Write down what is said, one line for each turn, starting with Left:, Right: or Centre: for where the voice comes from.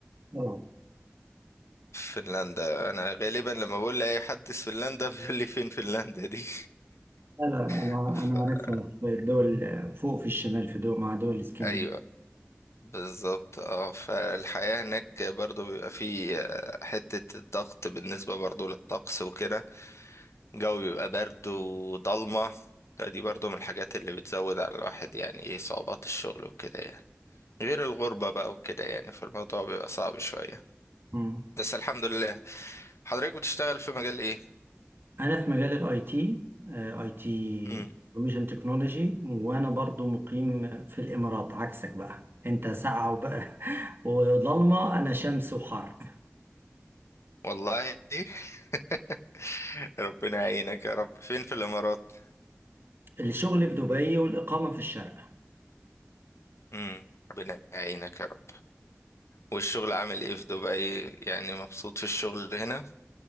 Right: طبعا
Left: فنلندا انا غالبا لما بقول لاي حد في فنلندا <laughs> بيقول لي فين فنلندا دي
Right: لا لا انا
Left: <laughs>
Right: انا عارفها في الدول فوق في الشمال في دول مع دول الاسكندنافيه
Left: ايوه بالظبط اه فالحياة هناك برضو بيبقى فيه آه، حتة الضغط بالنسبة برضو للطقس وكده الجو بيبقى برد وضلمة فدي برضو من الحاجات اللي بتزود على الواحد يعني ايه صعوبات الشغل وكده يعني غير الغربة بقى وكده يعني فالموضوع بيبقى صعب شوية
Right: مم.
Left: بس الحمد لله حضرتك بتشتغل في مجال ايه؟
Right: أنا في مجال الاي تي آه، اي تي
Left: مم.
Right: انفورميشن تكنولوجي وأنا برضو مقيم في الإمارات عكسك بقى أنت ساقعة وبقى <laughs> وضلمة أنا شمس وحر
Left: والله <laughs> ربنا يعينك يا رب فين في الإمارات؟
Right: الشغل في دبي والإقامة في الشارقة
Left: مم. ربنا يعينك يا رب والشغل عامل ايه في دبي يعني مبسوط في الشغل هنا